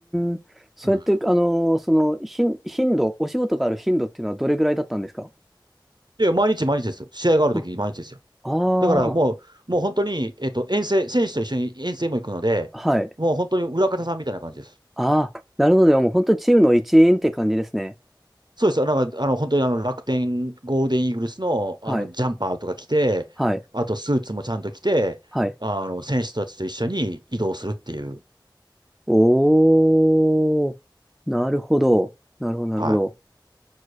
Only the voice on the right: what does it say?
うん。
で、毎日毎日ですよ。試合がある時毎日ですよ。
だからもう、もう本当に、えっと、遠征、選手と一緒に遠征も行くので、
もう本当に裏方さんみたいな感じです。
そうです。なんか、あの、本当にあの、楽天、ゴールデンイーグルスの、
あの、ジャンパーとか着て、
あと、スーツもちゃんと着て、
あの、選手たちと一緒に移動するっていう、
はい。